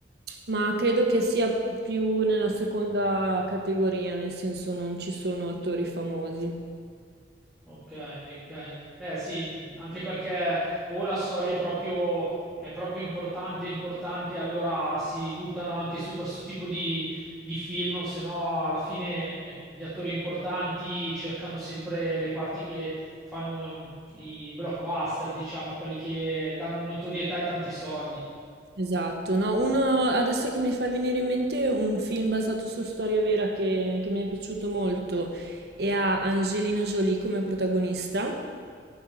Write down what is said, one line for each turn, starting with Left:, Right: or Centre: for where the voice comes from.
Right: Ma credo che sia più nella seconda categoria, nel senso non ci sono attori famosi.
Centre: Ok, ok. Eh sì, anche perché o la storia è proprio, è proprio importante, importante, allora si buttano anche su questo tipo di, di film, o se no alla fine gli attori importanti cercano sempre le parti che fanno mm, i blockbuster, diciamo, quelli che danno notorietà e tanti soldi.
Right: Esatto, no, uno adesso che mi fa venire in mente un film basato su storia vera che, che mi è piaciuto molto e ha Angelina Jolie come protagonista,